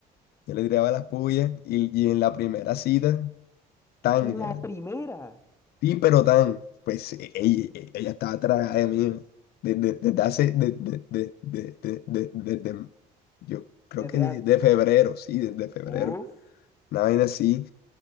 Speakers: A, on the left; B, on the left.
A: yo le tiraba las puyas, y, y en la primera cita, tan
B: En
A: ya.
B: la primera,
A: Sí, pero tan, pues e- ella, e- ella estaba atrás de mí desde, desde hace, de- de- de- de- de- de- desde, yo creo
B: desde
A: que desde
B: antes.
A: febrero, sí, desde febrero,
B: Uf.
A: una vaina así,